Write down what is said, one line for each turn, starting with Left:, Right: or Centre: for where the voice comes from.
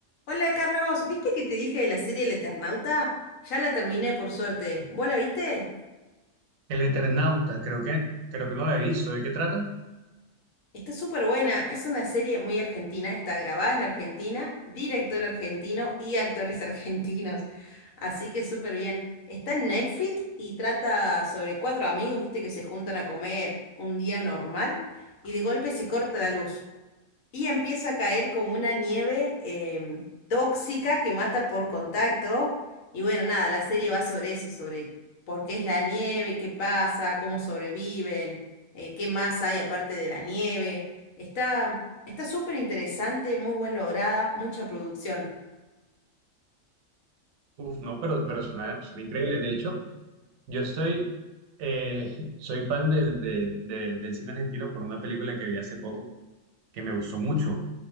Left: Hola Carlos, ¿viste que te dije de la serie El Eternauta? Ya la terminé por suerte. ¿Vos la viste?
Right: El Eternauta, creo que, creo que no la he visto. ¿De qué trata?
Left: Está súper buena, es una serie muy argentina, está grabada en Argentina, director argentino y actores <laughs> argentinos, así que súper bien. Está en Netflix y trata sobre cuatro amigos, viste, que se juntan a comer un día normal y de golpe se corta la luz. y empieza a caer como una nieve em, tóxica que mata por contacto. Y bueno, nada, la serie va sobre eso, sobre por qué es la nieve, qué pasa, cómo sobreviven, eh, qué más hay aparte de la nieve. Está, está súper interesante, muy bien lograda, mucha producción.
Right: Uf, no, pero, pero suena, suena increíble. De hecho, yo estoy, eh, soy fan del de- de- del cine argentino por una película que vi hace poco que me gustó mucho.